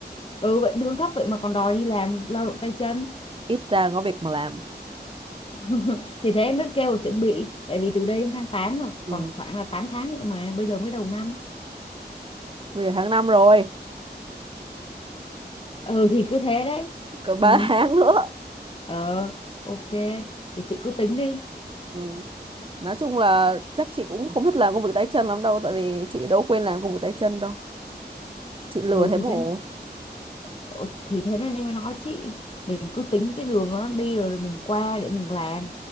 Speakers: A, on the left; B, on the right.
A: ừ vậy lương thấp vậy mà còn đòi đi làm lao động tay chân
B: ít ra có việc mà làm
A: <laughs> thì thế mới kêu là chuẩn bị tại vì từ đây đến tháng 8 là
B: ừ.
A: còn khoảng là 8 tháng nữa mà bây giờ mới đầu năm
B: bây giờ tháng 5 rồi
A: ừ thì cứ thế đấy
B: còn 3
A: ừ
B: <laughs> tháng nữa
A: Ờ, ok. Thì chị cứ tính đi.
B: ừ. nói chung là chắc chị cũng không thích làm công việc tay chân lắm đâu tại vì chị đâu quên làm công việc tay chân đâu chị lừa
A: Ừ
B: thế
A: thì
B: mổ
A: thế ờ, thì thế nên em mới nói chị mình cứ tính cái đường nó đi rồi mình qua để mình làm,